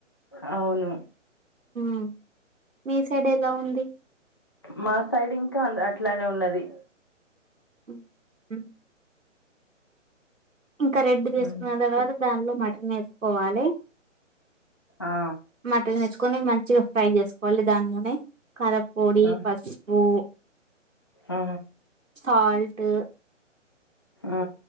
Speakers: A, on the left; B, on the right.
A: అవును
B: మ్ మీ సైడ్ ఎలా ఉంది
A: మా సైడ్ ఇంకా అ అట్లానే ఉన్నది
B: ఉమ్. ఇంకా రెడ్దేసుకున్న
A: ఉమ్.
B: తర్వాత దానిలో మటన్ వేసుకోవాలి
A: ఆ
B: మటన్ తెచ్చుకొని మంచిగా ఫ్రై చేసుకోవాలి దానిలోనే కరప్పోడి
A: ఆ
B: పసుపు
A: ఆ
B: సల్ట్
A: ఆ